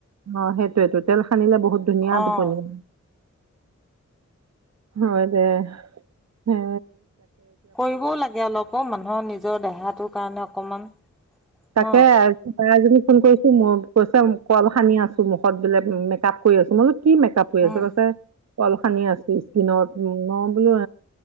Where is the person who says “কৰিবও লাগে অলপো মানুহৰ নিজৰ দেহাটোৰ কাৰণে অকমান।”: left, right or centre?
Centre